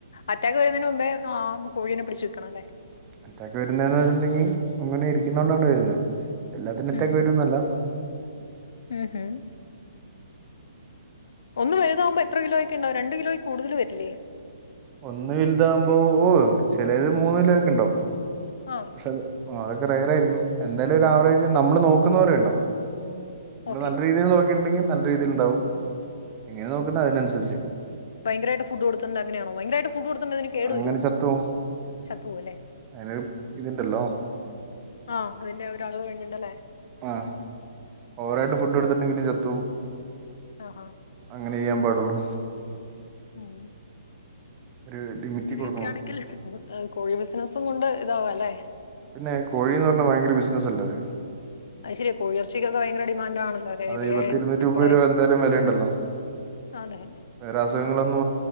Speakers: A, on the left; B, on the right.
A: അറ്റാക്ക് വരുന്നതിന് മുമ്പേ ആ കോഴിനെ പിടിച്ചു ക്കണോല്ലേ
B: അറ്റാക്ക് വരുന്നേന്ന് പറഞ്ണ്ടെങ്കി ഇങ്ങനെ ഇരിക്കുന്നോണ്ടണ്‌ വരുന്നേ എല്ലാത്തിനും
A: ഉം
B: അറ്റാക്ക് വരൂന്നല്ലാ
A: ഉം ഹും ഒന്ന് വലുതാവുമ്പോ എത്ര കിലോ ഒക്കെ ഉണ്ടാവും രണ്ട് കിലോയി കൂടുതൽ വരില്ലേ
B: ഒന്ന് വലുതാമ്പോ ഓ ചിലത് മൂന്ന് കിലോക്കെ ഉണ്ടാവും
A: ആഹ്
B: പക്ഷെ അത് വ റേർ ആയിരിക്കും എന്തായാലും ഒരു ആവറേജ് നമ്മള് നോക്കുന്ന പോലെ ഉണ്ടാവും നമ്മള്
A: ഓക്കെ
B: നല്ല രീതിയിൽ നോക്കിട്ടി ണ്ടെങ്കിൽ നല്ല രീതിൽ ഇണ്ടാവും ഇങ്ങനെ നോക്കുന്നെ അതിനനുസരിച്ച്
A: ഭയങ്കരായിട്ട് ഫുഡ് കൊടുത്ത് ണ്ട അങ്ങനെയാണോ ഭയങ്കരമായിട്ട് ഫുഡ് കൊടുത അതിന് കേടു
B: അങ്ങനെ
A: വരുവൊ
B: ചത്തുപോവും
A: ചത്തുപൊവല്ലെ
B: അതിനൊരു ഇതുണ്ടല്ലോ
A: ആ അതിന്റെ ഒരളവ് കഴിഞ്ഞണ്ടല്ലേ
B: ആ ഓരായിട്ട് ഫുഡ് എടുത്തിട്ടുെങ്കിലും ച ത്തോവും
A: ആഹാ
B: അങ്ങനെ ചെയ്യാൻ പാടുള്ളൂ
A: ഉം
B: ഒരു ലിമിറ്റിൽ
A: അങ്ങനെയൊക്കെണെങ്കിൽ
B: കൊടുക്കണം
A: കോ കോഴി ബിസിനസ്സും കൊണ്ട് ഇതാവു അല്ലേ
B: പിന്നെ കോഴിന്ന് പറ ഭയങ്കര ബിസിനസ്സല്ലേ അത്
A: അത് ശരിയ കോഴിയെർച്ചിക്കൊക്കെ ഭയങ്കര ഡിമാൻഡ് ആണല്ലോ അതെ
B: അത്
A: എവിടെ
B: ഈ പത്ത്
A: ആയാലും
B: ഇരുന്നൂറ്റി
A: എപ്പഴായാലും
B: മുപ്പത് രൂപ എന്തായാലും വിലയുണ്ടല്ലോ
A: അതെ
B: വേറെ അസുഖങ്ങളൊന്നും